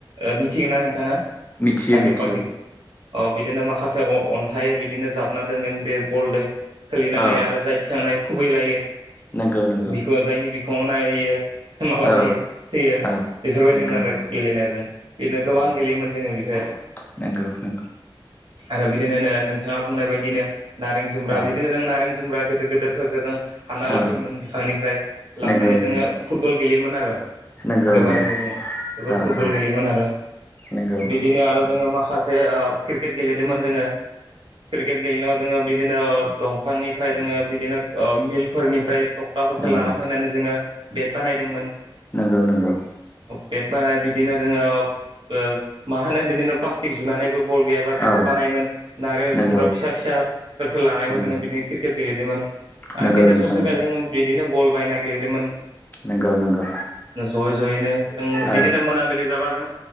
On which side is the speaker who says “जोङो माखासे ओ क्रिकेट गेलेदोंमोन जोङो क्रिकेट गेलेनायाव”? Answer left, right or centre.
Right